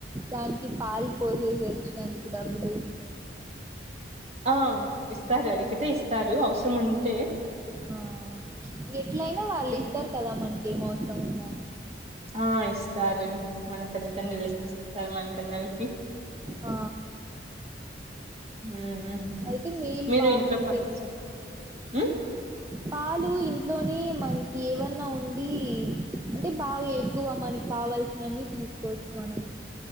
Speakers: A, on the right; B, on the right.
A: దానికి పాలు పోసేసి వచ్చినందుకు డబ్బులు
B: ఆ ఇస్తారడిగితే ఇస్తారు అవ్స్రముంటే
A: ఆ ఎట్లయినా వాళ్ళు ఇస్తారు
B: పెట్
A: కదా మనకి ఏం అవసరం ఉన్నా
B: ఆ ఇస్తారు మన తల్లితండ్రులు <inaudible> ఇస్తారు మనకందరికి
A: ఆ
B: ఉమ్
A: అయితే మేలు
B: మీరు
A: పాలు
B: ఇంట్లో
A: ఉంటే
B: పన్ల్ చే ఉమ్
A: పాలు ఇంట్లోనీ మనకి ఏవన్నా ఉండి అంటే బాగా ఎక్కువ మనకావల్సినన్ని తీసుకోవచ్చు మనం